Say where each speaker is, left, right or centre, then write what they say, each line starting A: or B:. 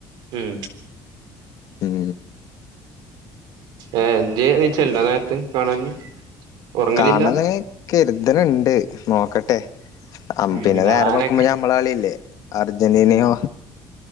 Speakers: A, on the right; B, on the left.
A: ഉം
B: ഉം
A: ഏ എന്ത്യേ <unintelligible> നേരത്ത് കാണാന് ഉറങ്ങലില്ല
B: കാണണംന്ന് കരുത് ണ് ണ്ട് നോക്കട്ടെ
A: ഉം
B: പിന്നെ അം
A: ഞാനൊക്കെ
B: നേരം വെളുക്കുമ്പോ നമ്മള കളിയല്ലേ അർജന്റീനയോ
A: ഉം